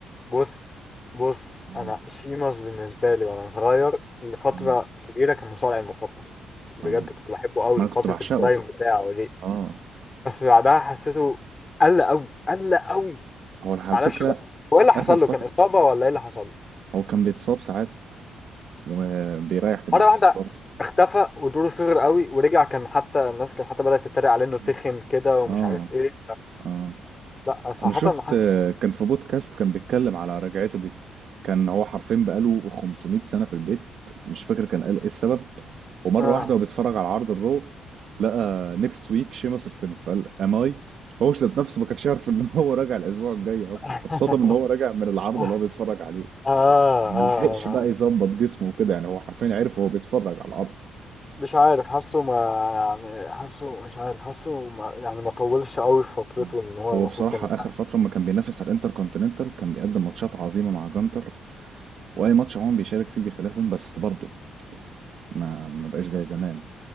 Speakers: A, on the left (about 25°); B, on the right (about 65°).
A: بص بص
B: اه
A: انا شيماس بالنسبه لي وانا صغير لفتره
B: اه
A: كبيره كان مصارعي المفضل بجد
B: اه
A: كنت بحبه قوي
B: ما انا
A: فتره
B: كنت بعشقه
A: البرايم بتاعه دي
B: اه
A: بس بعدها حسيته قل قوي قل قوي
B: هو على
A: معرفش
B: فكرة
A: بقى هو ايه اللي حصل
B: اخر فترة
A: له كان اصابه ولا ايه اللي حصل له
B: هو كان بيتصاب ساعات وبيريحك بس
A: مره واحده
B: برضه
A: اختفى ودوره صغر قوي ورجع كان حتى الناس كانت حتى بدات تتريق عليه انه تخن
B: مم.
A: كده ومش
B: اه
A: عارف ايه
B: اه
A: لا صراحه
B: انا شفت
A: حاسس
B: آه، كان في بودكاست كان بيتكلم على رجعته دي كان هو حرفيا بقاله 500 سنة في البيت مش فاكر كان قال ايه السبب ومرة
A: اه
B: واحدة وهو بيتفرج على عرض الرو لقى نيكست ويك شيمس ريتيرنز فقال ام اي هو ذات نفسه ما كانش يعرف ان هو راجع الاسبوع الجاي اصلا
A: <laughs>
B: فاتصدم ان هو راجع من العرض
A: اه
B: اللي هو بيتفرج عليه
A: اه
B: ما
A: اه
B: لحقش بقى يظبط جسمه وكده يعني هو حرفيا عرف وهو بيتفرج على العرض
A: مش عارف حاسه ما يعني حاسه مش عارف حاسه ما يعني ما طولش قوي في فترته
B: آه.
A: ان هو
B: هو
A: المفروض
B: بصراحة
A: كان يبقى
B: آخر فترة ما كان بينافس على الانتر كونتيننتال كان بيقدم ماتشات عظيمة مع جانتر وأي ماتش عموما بيشارك فيه بيخليها تظلم بس برضه ما ما بقاش زي زمان